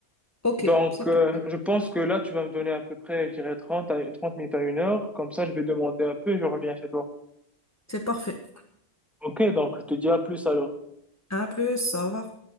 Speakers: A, on the left; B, in the centre.
A: Ok,
B: Donc,
A: c'est
B: euh,
A: parfait.
B: je pense que là, tu vas me donner à peu près, je dirais, trente à, 30 minutes à une heure. Comme ça, je vais demander un peu et je reviens chez toi.
A: C'est parfait.
B: OK, donc je te dis à plus alors.
A: À plus, au revoir.